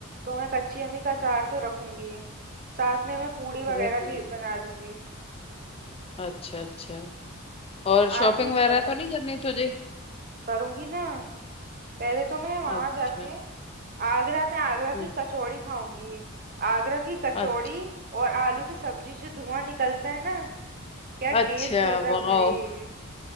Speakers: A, on the right; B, on the left.
A: तो मैं कच्ची अम्मी का अचार तो रखूंगी साथ में मैं पूड़ी वगैरह
B: रख लेंगे
A: भी बना लूंगी
B: अच्छा अच्छा और
A: आप
B: शॉपिंग
A: क्या
B: वगैरह
A: जा रहे
B: तो
A: हैं
B: नहीं करनी तुझे
A: करूंगी ना पहले तो मैं वहां
B: अच्छा
A: जाके आगरा में आगरा की
B: हम्म,
A: कचौड़ी खाऊंगी आगरा की कचौड़ी
B: अच्छा
A: और आलू की सब्जी जो धुआं निकलता है ना क्या
B: अच्छा
A: टेस्ट होता
B: वाह
A: है भाई